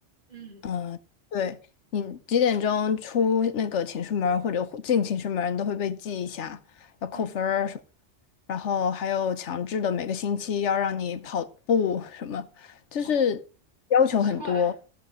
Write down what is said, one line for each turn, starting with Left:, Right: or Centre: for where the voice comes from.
Right: 嗯
Left: 嗯，对，你几点钟出那个寝室门儿或者进寝室门儿你都会被记一下，要扣分儿什么。
Right: 嗯，
Left: 然后还有强制的每个星期要让你跑步什么，就是要求很多。
Right: 哦，好奇怪，